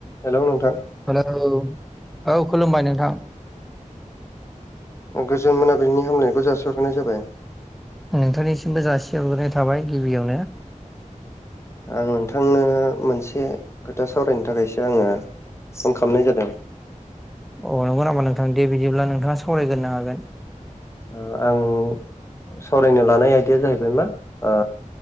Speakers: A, on the left (about 20°); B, in the centre.
A: Hello नोंथां
B: hello औ खुलुमबाय नोंथां
A: गोजोन मोनाबिलिनि हामलनायखौ जासिहग्रोनाय जाबाय
B: नोंथांनिसिमबो जासिहरग्रोनाय थाबाय गिबियावनो
A: आं नोंथांनो मोनसे खोथा सावरायनो थाखायसो आङो फन खालामनाय जादों
B: अ नंगौ नामा नोंथां दे बिदिब्ला नोंथाङा सावरायगोरनो हागोन
A: ओ आं सावरायनो लानाय आयदाया जाहैबाय मा ओ